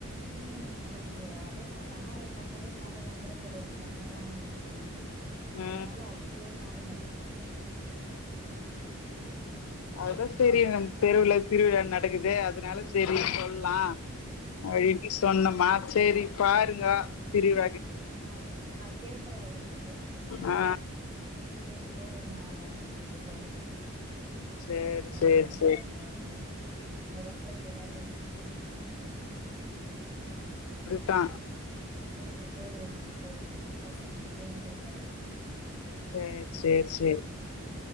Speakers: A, on the right (about 25°); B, on the left (about 80°).
A: உம் அவனுக்கு அதுவு அந்த அண்ணாவ பாத்தாலே ஞாப் வந்துரு போல இந்த அண்ணா தா அப்டின்ஸ் படீட்டு
B: ஆ
A: அதனால அப்டியே ஞாபகோ வச்சிருக்கு
B: அதுதா செரி அந் தெருவுல திருவிழா நடக்குது அதனால செரி சொல்லா
A: ம்
B: <unintelligible> சொன்னம் ஆ சேரி பாருங்கோ பிரிவ
A: ஆஹ் நா கேக்குறே அவரு கிட்ட என்னான்
B: ஆ
A: சொல்லிட்டு கேட்டு நா உங்களுக்கு சொ பண்ற
B: சேர்
A: தாங்களா
B: சேர்
A: என்ன
B: சேர்
A: பண்ராங்கன்ட்டு உங்க வேலைல வேற இங்ரிமென்ட் இருக்கா மேம்
B: டா
A: கேட்டுட்டு நா சொல்றே பசங்கிட் டியு கேக்கறே
B: சே சேர் சேரி